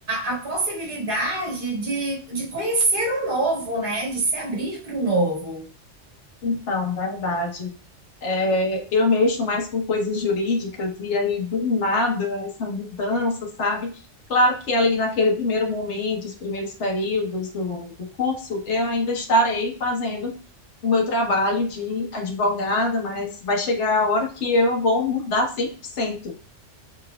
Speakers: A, on the right; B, on the left.
A: a, a possibilidade de, de conhecer o novo, né? De se abrir para o novo.
B: Então, verdade. É, eu mexo mais com coisas jurídicas e aí do nada essa mudança, sabe? Claro que ali naquele primeiro momento, os primeiros períodos do, do curso, eu ainda estarei fazendo o meu trabalho de advogada, mas vai chegar a hora que eu vou mudar cem por cento